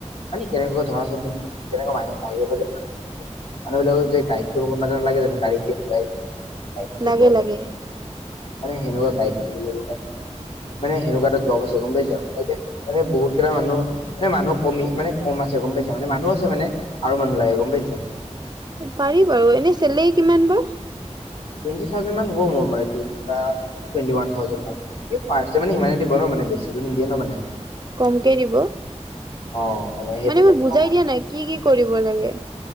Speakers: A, on the left; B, on the right.
A: কেনেকুৱা ধৰাচোন তুমি কেনেকুৱা মাহী বাহিৰৰ <unintelligible> মানুবিলাকক যে গাইড কৰিব কোনবাটা নালাগে জানো গাড়ীত যে ঘূৰাই। গাইড কৰিব
B: লাগে
A: হলে
B: লাগে।
A: মানে সেনেকুৱা গাইড কৰিব লাগিব <unintelligible> মানে সেনেকুৱা এটা জব আছে গম পাইছা এনেকে এনে বহুত কেইটা মানুহ মানে মানুহক। কমি মানে কম আছে গম পাইছা মানে মানুহ আছে মানে আৰু মানুহ লাগে গম পাইছা।
B: পাৰি বাৰু। এনে চেলেৰি কিমান বা?
A: টুয়েণ্টি থাওজেণ্ড হব মোৰ মানে টুৱেন্টি বা টুৱেন্টি ওয়ান থাওজেণ্ড মান ফাষ্টত মানে সিমানে দিব ন বেছিতো নিদিয়ে ন মানে।
B: কমকে দিব।
A: অ সেইটো
B: মানে
A: কাৰণে
B: মই বুজাই
A: ভাবিছো
B: দিয়া নাই, কি কি কৰিব লাগে।